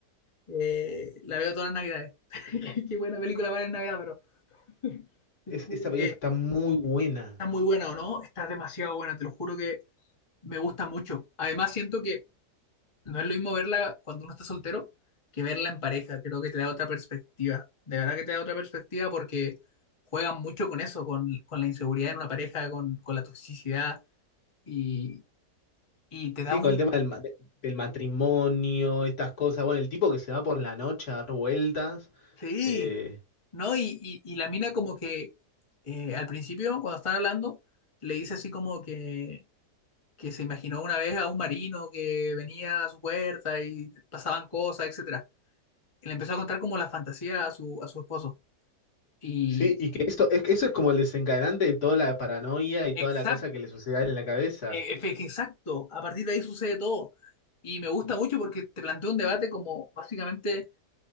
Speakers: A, on the left; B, on the left.
A: Eh, la veo todas las Navidades. <laughs> Qué buena película para ver en Navidad, pero <laughs> te
B: Es,
A: lo juro
B: esa película
A: que
B: está muy buena.
A: está muy buena o no, está demasiado buena, te lo juro que me gusta mucho. Además, siento que No es lo mismo verla cuando uno está soltero que verla en pareja. Creo que te da otra perspectiva. De verdad que te da otra perspectiva porque juegan mucho con eso, con, con la inseguridad en una pareja, con, con la toxicidad y, y te
B: Sí,
A: da un...
B: con el tema del, ma- de- del matrimonio, estas cosas. Bueno, el tipo que se va por la noche a dar vueltas.
A: Sí,
B: eh,
A: ¿no? Y, y- y la mina como que eh, al principio, cuando están hablando, le dice así como que, que se imaginó una vez a un marino que venía a su puerta y pasaban cosas, etcétera. Y le empezó a contar como la fantasía a su, a su esposo. Y,
B: sí, y que eso, es, eso es como el desencadenante de toda la paranoia y
A: Exacto,
B: toda la cosa que le sucede a él en la cabeza.
A: exacto, a partir de ahí sucede todo. Y me gusta mucho porque te planteo un debate como básicamente